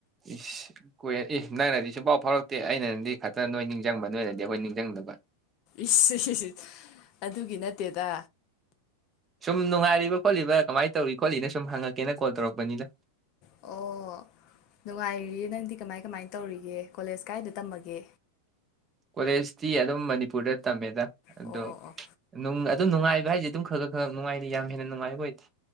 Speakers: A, on the right; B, on the left.
A: ꯏꯁ ꯀꯨꯏꯔꯦ ꯏꯍ ꯅꯪꯅꯗꯤ ꯁꯨꯡ ꯐꯥꯎ ꯐꯥꯎꯔꯛꯇꯦ ꯑꯩꯅꯗꯤ ꯈꯛꯇ ꯅꯣꯏ ꯅꯤꯡꯖꯪꯕ ꯅꯣꯏꯅꯗꯤ ꯑꯈꯣꯏ ꯅꯤꯡꯖꯪꯗꯕ
B: ꯏꯁ ꯏ ꯍꯤ ꯍꯤ ꯑꯗꯨꯒꯤ ꯅꯠꯇꯦꯗ
A: ꯁꯨꯝ ꯅꯨꯡꯉꯥꯏꯔꯤꯕ ꯈꯣꯠꯂꯤꯕꯥ ꯀꯃꯥꯏꯅ ꯇꯧꯔꯤ ꯈꯣꯠꯂꯤꯅ ꯁꯨꯝ ꯍꯪꯉꯛꯀꯦꯅ ꯀꯣꯜ ꯇꯧꯔꯛꯄꯅꯤꯗ
B: ꯑꯣ ꯅꯨꯡꯉꯥꯏꯔꯤꯌꯦ ꯅꯪꯗꯤ ꯀꯃꯥꯏ ꯀꯃꯥꯏ ꯇꯧꯔꯤꯒꯦ ꯀꯣꯂꯦꯖ ꯀꯥꯏꯗ ꯇꯝꯃꯒꯦ
A: ꯀꯣꯂꯦꯖꯇꯤ ꯑꯗꯨꯝ ꯃꯅꯤꯄꯨꯔꯗ ꯇꯝꯃꯦꯗ ꯑꯗꫭ
B: ꯑꯣ ꯑꯣ ꯑꯣ
A: ꯅꯨꯡ ꯑꯗꯨꯝ ꯅꯨꯡꯉꯥꯏꯕ ꯍꯥꯏꯁꯤꯗꯤ ꯑꯗꯨꯝ ꯈꯒ ꯈꯛ ꯅꯨꯡꯉꯥꯏꯔꯤ ꯌꯥꯝ ꯅꯨꯡꯉꯥꯏꯕ ꯑꯣꯏꯗꯦ